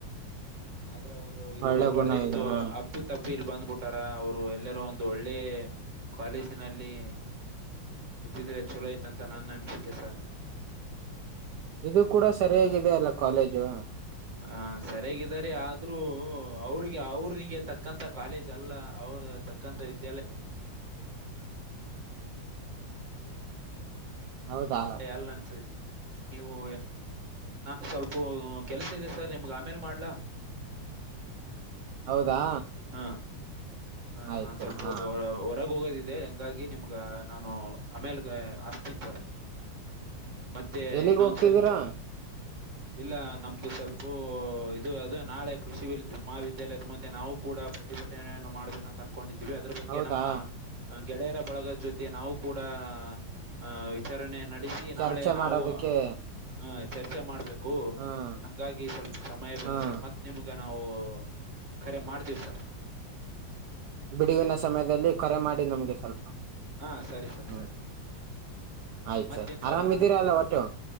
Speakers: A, on the right; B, on the right.
A: ಆದ್ರೆ ಅವರು ಇಲ್ಲಿ
B: ಒಳ್ಳೆ
A: ಬರಬಾರ್ದಿತ್ತು.
B: ಗುಣ ಇದೆ ಹ
A: ಅಪ್ಪಿ ತಪ್ಪಿಲ್ಲಿ ಬಂದ್ಬಿಟ್ಟಾರ ಅವರು ಎಲ್ಲರೂ ಒಂದು ಒಳ್ಳೆ ಕಾಲೇಜನಲ್ಲಿ. ಇದ್ದಿದ್ರೆ ಚಲೋ ಇತ್ತ ಅಂತ ನನ್ನ ಅನಿಸಿಕೆ ಸರ್.
B: ಇದು ಕೂಡ ಸರಿಯಾಗಿದೆ ಅಲ್ಲ ಕಾಲೇಜು.
A: ಹಾ ಸರಿಯಾಗಿದರೆ ಆದ್ರೂ ಅವ್ರಿಗೆ ಅವ್ರಿಗೆ ತಕ್ಕ. ತಕ್ಕಂತ ಕಾಲೇಜ್ ಅಲ್ಲ ಅವ್ರ ತಕ್ಕಂತ ವಿದ್ಯಾಲಯ.
B: ಹೌದಾ.
A: <unintelligible> ನೀವು ನಾ ಸ್ವಲ್ಪ ಕೆಲ್ಸ ಇದೆ ಸರ್ ನಿಮ್ಗೆ ಆಮೇಲ್ ಮಾಡ್ಲಾ..
B: ಹೌದಾ.
A: ಹಾ ಹ
B: ಆಯ್ತು
A: ನಾನ್ ಸ್ವಲ್ಪಬ್ಬ
B: ಹಾ
A: ಹೊರಗೆ ಹೋಗೋದಿದೆೆ ಹಂಗಾಗಿ. ನಿಮ್ಗ ನಾನು ಆಮೇಲ್ಗ ಹಸ್ತೀನಿ ಸರ್. ಮತ್ತೆ
B: ಎಲ್ಲಿಗ್
A: ಇನ್ನೊಂದ
B: ಹೋಗ್ತಿದ್ದೀರಾ
A: ಸ್ವಲ್ಪೆ.
B: <inaudible>
A: ಇಲ್ಲ ನಮ್ದು ಸ್ವಲ್ಪ ಇದು ಅದು ನಾಳೆ ಕೃಷಿ ಮಹಾವಿದ್ಯಾಲಯದ ಮುಂದೆ ನಾವು ಕೂಡ. ಪ್ರತಿಭಟನನ್ನು ಮಾಡು. ಅಂತ ಅನ್ಕೊಂಡಿದೀವಿ ಅದ್ರ ಬಗ್ಗೆ
B: ಹೌದಾ
A: ನಮ್ಮ ಗೆಳೆಯರ ಬಳಗದ ಜೊತೆ ನಾವು ಕೂಡ. ಆಹ ವಿಚಾರಣೆ ನಡೆಸಿ
B: ಚರ್ಚೆ
A: ನಾಳೆ
B: ಮಾಡೋದಕ್ಕೆ
A: ನಾವು ಆಹ್ ಚರ್ಚೆ ಮಾಡ್ಬೇಕು.
B: ಹ್ಮ್
A: ಹಂಗಾಗಿ ಸ್ವಲ್ಪ ಸಮಯ ಬೇಕು
B: ಹ್ಮ್
A: ಸರ್ ಮತ್ತ. ನಿಮ್ಗ ನಾವು ಕರೆ ಮಾಡ್ತೀವಿ ಸರ್.
B: ಬಿಡುವಿನ ಸಮಯದಲ್ಲಿ ಖರೆ ಮಾಡಿ ನಮ್ಗೆ ಸ್ವಲ್ಪ.
A: ಹಾ ಸರಿ ಸರ್
B: ಹ್ಮ್
A: ಸರಿ. ಹ್ಮ
B: ಆಯ್ತು
A: ಮತ್ತೇನ್
B: ಸರಿ
A: ಸರ್
B: ಆರಾಮಿದ್ದೀರಾ ಅಲ್ಲ ಒಟ್ಟು